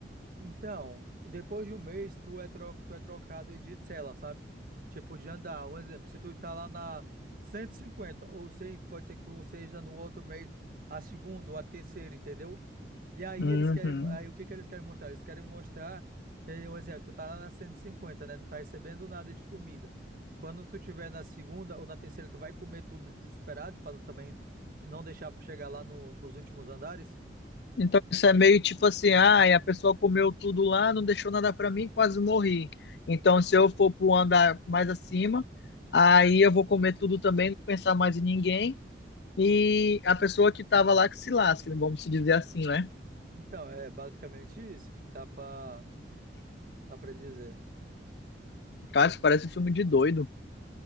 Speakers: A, on the right (about 55°); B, on the left (about 65°).
A: Então, depois de um mês, tu é, tro tu é trocado de cela, sabe? Tipo, de andar. Um exemplo, se tu tá lá na 150 ou sei, pode ser que tu seja no outro mês, a segunda ou a terceira, entendeu? E aí
B: Uhum.
A: eles querem, aí o que que eles querem mostrar? Eles querem mostrar, entendeu? Um exemplo, tu tá lá na 150, né? Não tá recebendo nada de comida. Quando tu tiver na segunda ou na terceira, tu vai comer tudo desesperado, para também não deixar para chegar lá no- nos últimos andares.
B: Então isso é meio tipo assim, ah, a pessoa comeu tudo lá, não deixou nada para mim, quase morri. Então se eu for para andar mais acima, aí eu vou comer tudo também, não pensar mais em ninguém. E a pessoa que estava lá que se lasca, vamos se dizer assim, né?
A: Então, é basicamente isso. Dá pra. Dá pra dizer.
B: Cara, isso parece um filme de doido.